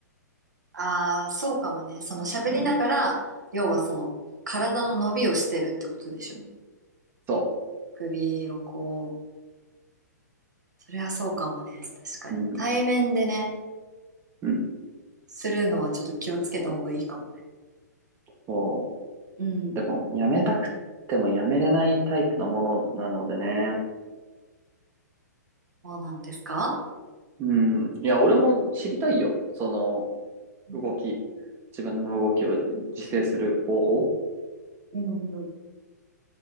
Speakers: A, on the right (about 75°); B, on the right (about 25°).
A: ああ、そうかもね。その喋りながら、
B: うん。
A: 要はその体の伸びをしてるってことでしょ。
B: そう。
A: 首をこう。それはそうかもね。確かに。
B: うん、
A: 対面でね、
B: うん、
A: するのはちょっと気をつけた方がいいかもね。
B: そ
A: うん。
B: う。でも、やめたくてもやめれないタイプのものなのでね。
A: そうなんですか
B: うん。いや、俺も知りたいよ。その、
A: うん、
B: 動き。自分の動きを自制する方法。
A: うんうん